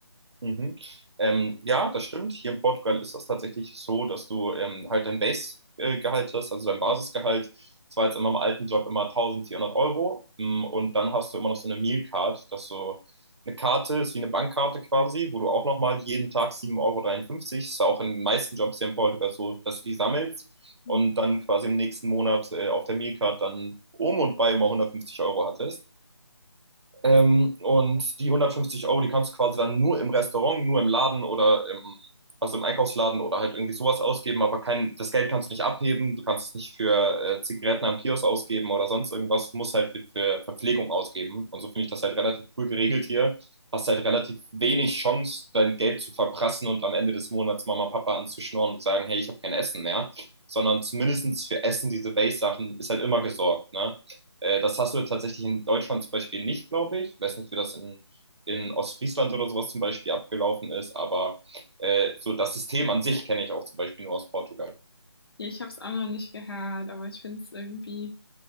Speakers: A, on the right; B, on the left.
A: Mhm. Ähm, ja, das stimmt. Hier in Portugal ist das tatsächlich so, dass du ähm, halt dein Base-Gehalt hast, also dein Basisgehalt. Das war jetzt in meinem alten Job immer 1400 Euro. Mm, Und dann hast du immer noch so eine Meal Card, dass so eine Karte ist wie eine Bankkarte quasi, wo du auch nochmal jeden Tag sieben Euro, dreiundfünfzig. ist auch in den meisten Jobs hier in Portugal so, dass du die sammelst und
B: Mhm.
A: dann quasi im nächsten Monat äh, auf der Meal Card dann um und bei immer hundertfünfzig Euro hattest. Ähm, und die 150 Euro, die kannst du quasi dann nur im Restaurant, nur im Laden oder im, also im Einkaufsladen oder halt irgendwie sowas ausgeben, aber kein, das Geld kannst du nicht abheben, du kannst es nicht für äh, Zigaretten am Kiosk ausgeben oder sonst irgendwas, du musst halt für, für Verpflegung ausgeben. Und so finde ich das halt relativ cool geregelt hier. Hast halt relativ wenig Chance, dein Geld zu verprassen und am Ende des Monats Mama, Papa anzuschnorren und sagen, hey, ich habe kein Essen mehr. Sondern zumindest für Essen, diese Base-Sachen, ist halt immer gesorgt, ne? Äh, das hast du tatsächlich in Deutschland zum Beispiel nicht, glaube ich. Ich weiß nicht, wie das in, in Ostfriesland oder sowas zum Beispiel abgelaufen ist, aber äh, so das System an sich kenne ich auch zum Beispiel nur aus Portugal.
B: Ja, ich habe es auch noch nicht gehört, aber ich finde es irgendwie